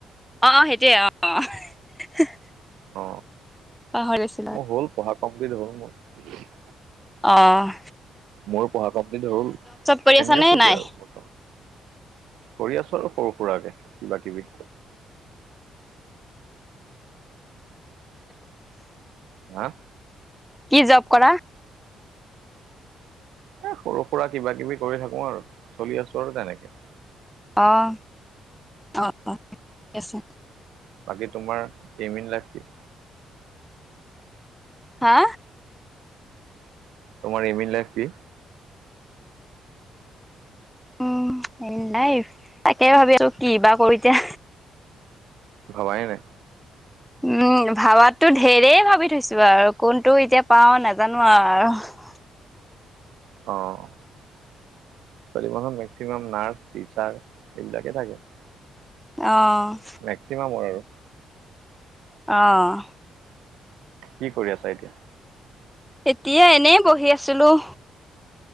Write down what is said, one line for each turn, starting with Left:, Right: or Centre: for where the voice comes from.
Centre: অঁ-অঁ! সেইটোৱেই অঁ!
Right: অ
Centre: পাহৰিলোঁ।
Right: মোৰ হ'ল পঢ়া কমপ্লিট হ'ল মোৰ।
Centre: অঁ!
Right: মোৰ পঢ়া কমপ্লিট হ'ল,
Centre: কৰি আছা
Right: এনে আছোঁ
Centre: নে
Right: এতিয়া
Centre: নাই
Right: আৰু। অ' কৰি আছোঁ আৰু সৰু সুৰাকে কিবা কিবি। হা?
Centre: কি জব কৰা?
Right: এ সৰু সুৰা কিবা-কিবি কৰি থাকো আৰু, চলি আছোঁ আৰু তেনেকে।
Centre: অ' অ' অ' ঠিকে আছে।
Right: বাকী তোমাৰ এম ইন লাইফ কি?
Centre: হা?
Right: তোমাৰ এম ইন লাইফ কি?
Centre: উম' নাই তাকে ভাবি আছোঁ, কিবা কৰোঁ এতিয়া।
Right: ভবাই নাই।
Centre: উম' ভাবাতো ঢেৰে ভাবি থৈছোঁ আৰু কোনটো এতিয়া পাওঁ নাজানোঁ আৰু আৰু
Right: অ' ছোৱালী মানুহ মেক্সিমাম নাৰ্ছ, টিচাৰ এইবিলাকে থাকে।
Centre: অ'
Right: মেক্সিমামৰ আৰু।
Centre: অ'
Right: কি কৰি আছা এতিয়া?
Centre: এতিয়া এনেই বহি আছিলোঁ।